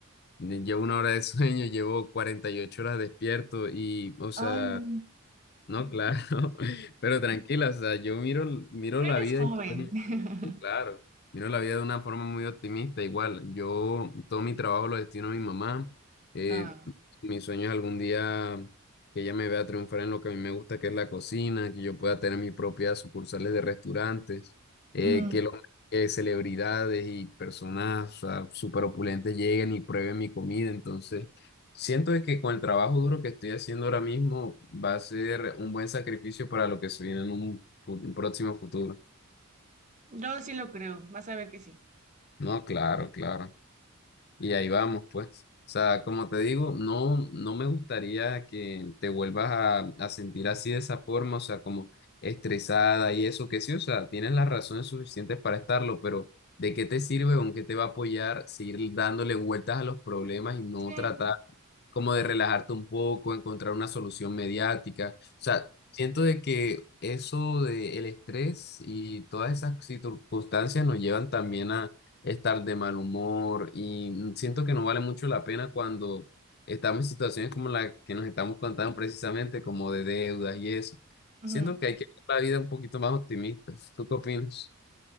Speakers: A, on the left (about 50°); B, on the right (about 35°).
A: Llevo una hora de <laughs> sueño, llevo 48 horas despierto y, o sea...
B: ay, no.
A: No, claro, <laughs> pero tranquila, o sea, yo miro, miro
B: Pero
A: la
B: eres
A: vida
B: joven.
A: y soy,
B: <laughs>
A: sí, claro, miro la vida de una forma muy optimista, igual, yo todo mi trabajo lo destino a mi mamá, eh,
B: Ah,
A: mi sueño es algún día que ella me vea triunfar en lo que a mí me gusta, que es la cocina, que yo pueda tener mis propias sucursales de restaurantes, eh,
B: ujú.
A: que, lo- que celebridades y personas, o sea, súper opulentes lleguen y prueben mi comida, entonces... Siento de que con el trabajo duro que estoy haciendo ahora mismo va a ser un buen sacrificio para lo que se viene en un, fu- un próximo futuro.
B: Yo sí lo creo, vas a ver que sí.
A: No, claro, claro. Y ahí vamos, pues. O sea, como te digo, no, no me gustaría que te vuelvas a, a sentir así de esa forma, o sea, como estresada y eso, que sí, o sea, tienes las razones suficientes para estarlo, pero ¿de qué te sirve o en qué te va a apoyar seguir dándole vueltas a los problemas y no
B: Sí.
A: tratar como de relajarte un poco, encontrar una solución mediática. O sea, siento de que eso del estrés y todas esas circunstancias nos llevan también a estar de mal humor y siento que no vale mucho la pena cuando estamos en situaciones como la que nos estamos contando precisamente, como de deudas y eso.
B: ujú.
A: Siento que hay que ver la vida un poquito más optimista. ¿Tú qué opinas?